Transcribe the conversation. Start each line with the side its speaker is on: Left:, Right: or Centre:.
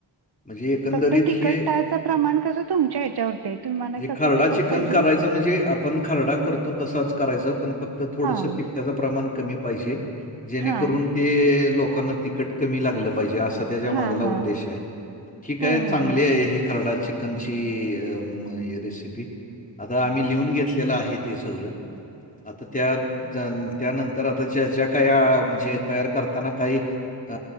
Left: म्हणजे एकंदरीत
Right: फक्त तिखटाच
Left: हे
Right: प्रमाण कसं तुमच्या हेच्यावरती आहे. तुम्हाला
Left: म्हणजे
Right: कसं
Left: खरडा
Right: तिखट
Left: चिकन
Right: पाहिजे
Left: करायचं म्हणजे आपण खरडा करतो तसाच करायचा, पण फक्त थोडंसं
Right: हां,
Left: तिखटाचं प्रमाण कमी पाहिजे. जेणेकरून
Right: हां.
Left: ते लोकांना तिखट कमी लागलं पाहिजे असं तेज्यामागला
Right: हां, हां,
Left: उद्देश
Right: हां.
Left: आहे. ठीक
Right: हो,
Left: आहे
Right: हो,
Left: चांगली
Right: हो.
Left: आहे हि खर्डा चिकनची अ मग हि रेसिपी. आता आम्ही लिहून घेतलेलं आहे ते सगळं. आता त्यात ज्या त्यानंतर आता ज्या ज्या काय म्हणजे तयार करताना काही अं